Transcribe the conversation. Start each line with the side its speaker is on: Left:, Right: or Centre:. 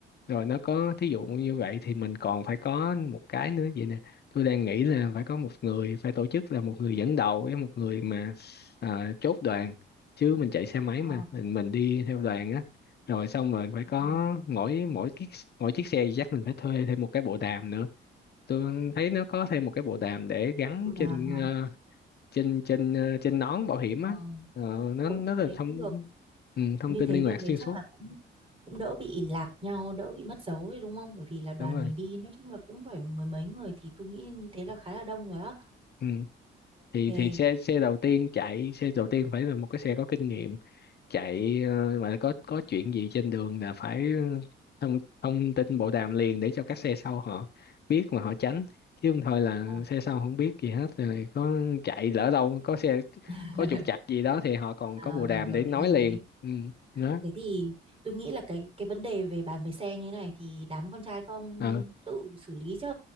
Left: rồi nó có thí dụ như vậy thì mình còn phải có một cái nữa vậy nè tôi đang nghĩ là phải có một người phải tổ chức là một người dẫn đầu với một người mà à, chốt đoàn chứ mình chạy xe máy
Right: Ờ,
Left: mà mình mình đi theo đoàn á rồi xong rồi phải
Right: ừ,
Left: có
Right: ừ.
Left: mỗi mỗi chiếc mỗi chiếc xe thì chắc mình phải thuê thêm một cái bộ đàm nữa tôi thấy nó có thêm một cái bộ đàm để gắn
Right: Độ đàm
Left: trên
Right: hả?
Left: ờ, trên trên ờ, trên nón bảo hiểm
Right: Ờ,
Left: á Ờ, nó
Right: cũng
Left: nó là
Right: thế
Left: thông
Right: cũng được.
Left: ừ, thông
Right: Như
Left: tin
Right: thế
Left: liên
Right: như
Left: lạc
Right: thế
Left: xuyên
Right: chắc
Left: suốt
Right: là cũng cũng đỡ bị lạc nhau, đỡ bị mất dấu ấy đúng không? Bởi vì là đoàn
Left: đúng rồi
Right: mình đi nói chung là cũng phải mười mấy người thì tôi nghĩ như thế là khá là đông rồi á.
Left: ừ.
Right: Ok.
Left: thì thì xe xe đầu tiên chạy xe đầu tiên phải là một cái xe có kinh nghiệm chạy ờ, mà có có chuyện gì trên đường là phải ờ, thông thông tin bộ đàm liền để cho các xe sau họ biết mà họ tránh chứ không thôi là
Right: Ok.
Left: xe sau không biết gì hết rồi có chạy lỡ đâu có xe
Right: <laughs>
Left: có trục trặc gì đó thì họ còn
Right: À,
Left: có bộ đàm
Right: hợp
Left: để
Right: lý
Left: nói
Right: hợp
Left: liền
Right: lý
Left: ừ, đó
Right: Thế thì tôi nghĩ là cái cái vấn đề về bàn về xe như này thì đám con trai các ông
Left: ờ
Right: tự xử lý chứ.